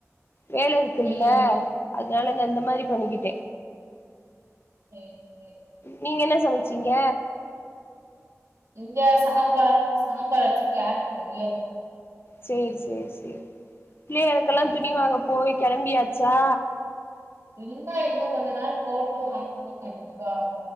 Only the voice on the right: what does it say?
ம் ம்
சேர் சேர்
இங்க சாம்பார் சாம்பார் வச்சு கேரட் பொரியல்
ம்
இன்னா இன்னு கொஞ்ச நாள் போட்டு வாங்கணும் பொதுவா